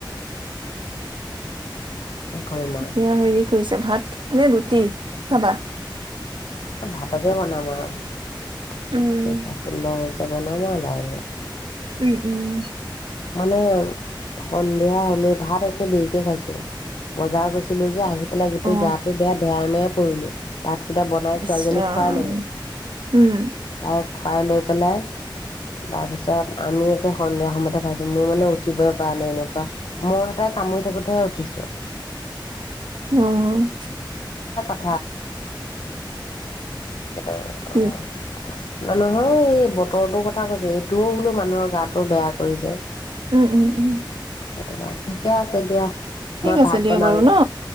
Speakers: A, on the left; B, on the right.
A: কি কৰিম
B: এতিয়া
A: আৰু?
B: <unintelligible> ভাত নে ৰুটি খাবা?
A: ভাতকে বনাম আৰু। টকা
B: উম
A: ষোল্লহাজাৰ। বনাম আৰু লাহে লাহে।
B: উম, উম।
A: মানে, সন্ধিয়া হ'লে ভাত একে দেৰিকে খাইছোঁ, বজাৰ গৈছিলোঁ যে, আহি। পেলাই গোটেই
B: অ
A: গাটো বেয়া <unintelligible> কৰিলোঁ। ভাতকেইটা বনাই,
B: ইচ
A: ছোৱালীজনীক
B: ৰাম
A: খুৱাই ল'লোঁ।
B: উম
A: তাইক। খুৱাই লৈ পেলাই, তাৰ পিছত আমি একে সন্ধিয়া সময়তে খাইছোঁ। মোৰ মানে উঠিবই পৰা নাই। এনেকুৱা, মই এটাই কামুৰি থাকোতেহে উঠিছোঁ।
B: অ'হ
A: <unintelligible> কেইটা
B: কি
A: অ'। <unintelligible> এই বতৰটোৰ কথা কৈছোঁ, এইটোও বোলো মানুহৰ গাটো বেয়া কৰিছে।
B: উম, উম, উম
A: <unintelligible> ঠিকে আছে দিয়া। মই
B: ঠিক আছে
A: ভাত
B: দিয়া
A: বনাওঁগে
B: বাৰু ন?